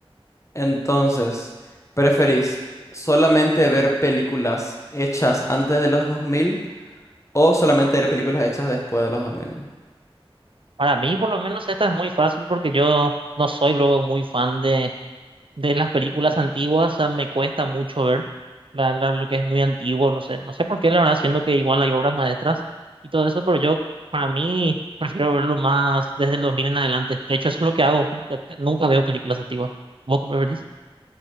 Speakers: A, on the left (about 30°); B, on the right (about 60°).
A: entonces, ¿preferís solamente ver películas hechas antes de los 2000 o solamente ver películas hechas después de los 2000?
B: Para mí, por lo menos, esta es muy fácil porque yo no soy luego muy fan de las películas antiguas, o me cuesta mucho ver la, la- lo que es muy antiguo, no sé, no sé por qué, la verdad, siendo que igual hay obras maestras y todo eso, pero yo, para mí, prefiero verlo más desde el 2000 en adelante. De hecho, eso es lo que hago, nunca, nunca veo películas antiguas. ¿Vos qué preferís?